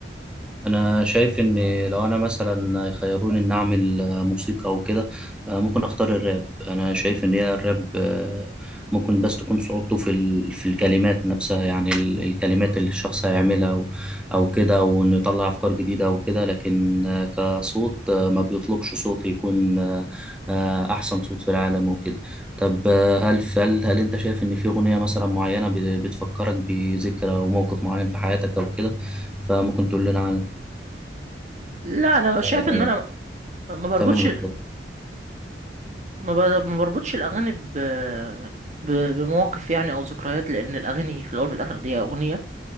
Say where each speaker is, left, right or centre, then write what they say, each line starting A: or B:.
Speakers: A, in the centre; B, on the right (about 40°).
A: انا شايف ان لو انا مثلا يخيروني ان اعمل آه، موسيقى او كده آه، ممكن اختار الراب انا شايف ان هي الراب آه، ممكن بس تكون صعوبته في ال- في الكلمات نفسها يعني ال- الكلمات اللي الشخص هيعملها او او كده وانه يطلع افكار جديده او كده لكن آه، كصوت آه، ما بيطلبش صوت يكون آه، آه، احسن صوت في العالم وكده طب آه، هل هل هل انت شايف ان في اغنيه مثلا معينه بت- بتفكرك بذكرى او موقف معين في حياتك او كده فممكن تقول لنا عنها
B: لا أنا شايف
A: آه،
B: إن أنا ما بربطش
A: تمام اتفضل
B: ما ب- ما بربطش الأغاني ب... ب... بمواقف يعني أو ذكريات لأن الأغاني في الأول وفي الآخر دي أغنية